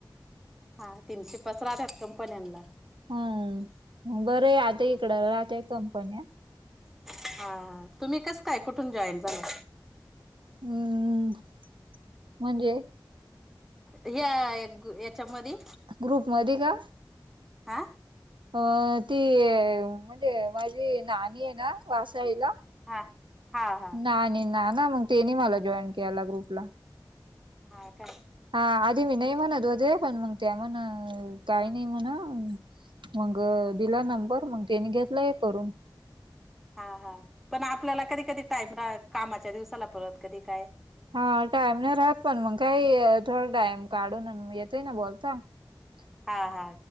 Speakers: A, in the centre; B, on the right (about 80°).
A: हा तीनशे पस राहत्यात कंपन्यांना.
B: हम्म, बरं आहे
A: हा
B: आता इकड राहत्यात कंपन्या.
A: हा हा तुम्ही कस काय? कुठून जॉईन झालाय?
B: हम्म म्हणजे?
A: या याच्यामध्ये?
B: ग्रुपमध्ये का?
A: आ
B: अ ती म्हणजे माझी नानी आहे ना वासाईला.
A: हा हा हा
B: नानी-नाना मग तेनी मला जॉईन केला ग्रुपला.
A: हा काय.
B: हा आधी मी नाही म्हणत होते. पण मग त्या म्हण काही नाही म्हण मग दिला नंबर मग त्याने घेतला हे करून.
A: हा हा पण आपल्याला कधी कधी टाइम रा कामाच्या दिवसाला परत कधी काय.
B: हा टाइम नाही राहत. पण मग काही थोडा टाइम काढून मग येतय ना बोलता. <inaudible>
A: हा हा.